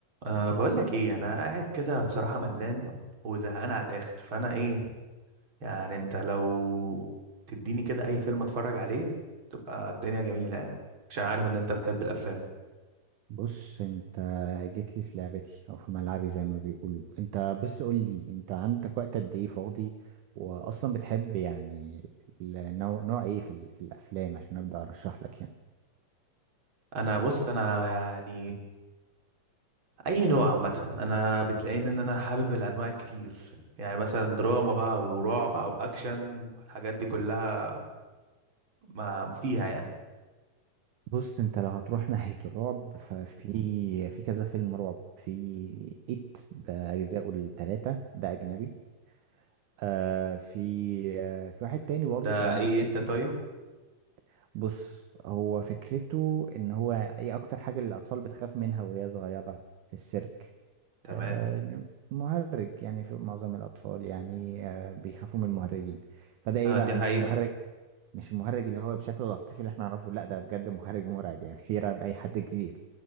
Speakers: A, on the right; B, on the right.
A: أه بقول لك ايه انا قاعد كده بصراحة ملان وزهقان على الاخر فانا ايه يعني انت لو تديني كده اي فيلم اتفرج عليه تبقى الدنيا جميلة يعني عشان عارف ان انت بتحب الافلام
B: بص انت جيت لي في لعبتي او في ملعبي زي ما بيقولوا انت بس قول لي انت عندك وقت قد ايه فاضي واصلا بتحب يعني ال- نوع, نوع ايه في, ال- في الافلام عشان ابدا ارشح لك يعني
A: انا بص انا يعني اي نوع عامة انا بتلاقيني ان انا حابب الانواع كتير يعني مثلا دراما بقى ورعب او اكشن الحاجات دي كلها ما فيها يعني
B: بص انت لو هتروح <laughs> ناحية الرعب ففي في كذا فيلم رعب في ايت باجزائه الثلاثة ده اجنبي آه في آه في واحد تاني برضه
A: ده
B: كان
A: ايه
B: نفس
A: إيه ده
B: الفكرة
A: طيب
B: بص هو فكرته ان هو ايه اكتر حاجة اللي الاطفال بتخاف منها وهي صغيرة في السيرك
A: تمام
B: آه مهرج يعني في معظم الاطفال يعني آه بيخافوا من المهرجين فده ايه
A: آه
B: بقى
A: دي حقيقة
B: مش المهرج مش المهرج اللي هو بشكل العاطفي اللي احنا نعرفه لا ده بجد مهرج مرعب يعني يرعب اي حد كبير